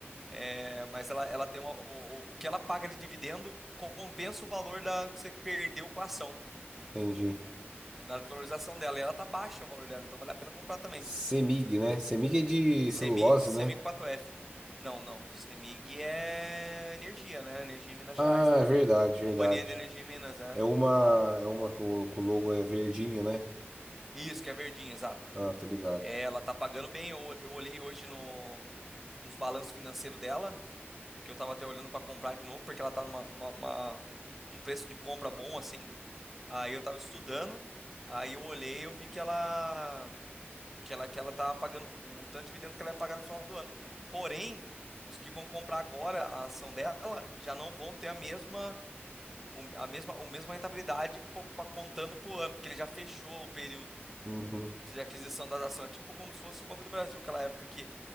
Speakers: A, in the centre; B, on the right.
A: é, mas ela, ela tem uma, o, o o que ela paga de dividendo compensa o valor da, que você perdeu com a ação.
B: Entendi.
A: na valorização dela. E ela tá baixa o valor dela, então vale a pena comprar também.
B: CEMIG, né? CEMIG é de
A: CEMIG,
B: celulose,
A: CEMIG
B: né?
A: 4F. Não, não. semig é energia, né? Energia em Minas
B: Ah,
A: Gerais, né?
B: é verdade, verdade.
A: Companhia de Energia em Minas, é.
B: É uma, é uma com com o logo é verdinho, né?
A: Isso, que é verdinho, exato.
B: Ah, tô ligado.
A: É, ela tá pagando bem. Eu, eu olhei hoje no, nos balanços financeiros dela, que eu tava até olhando pra comprar de novo, porque ela tá numa, uma- uma- um preço de compra bom assim. Aí eu tava estudando, aí eu olhei, eu vi que ela que ela, que ela tá pagando, o, o tanto de dividendo que ela ia pagar no final do ano. Porém, os que vão comprar agora a ação dela já não vão ter a mesma, o- a mesma, a mesma rentabilidade po- pa- contando por ano, porque ele já fechou o período
B: Uhum.
A: de aquisição das ações. É tipo como se fosse o Banco do Brasil, aquela época que,